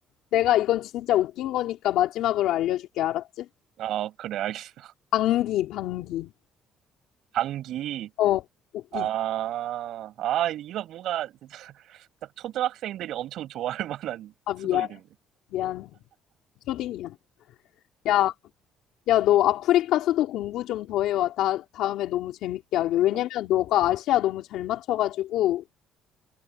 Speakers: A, on the left; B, on the right.
A: 내가 이건 진짜 웃긴 거니까 마지막으로 알려줄게, 알았지?
B: 아, 그래, 알겠어. <laughs>
A: 방귀, 방귀.
B: 방귀.
A: 어, 웃기지.
B: 아, 아, 이거 뭔가, 진짜, <laughs> 딱 초등학생들이 엄청 좋아할 <laughs> 만한
A: 아,
B: 수도
A: 미안,
B: 이름이네.
A: 미안. 초딩이야. 야. 야, 너 아프리카 수도 공부 좀 더 해와. 다, 다음에 너무 재밌게 하게.
B: 알겠어.
A: 왜냐면 너가 아시아 너무 잘 맞춰가지고,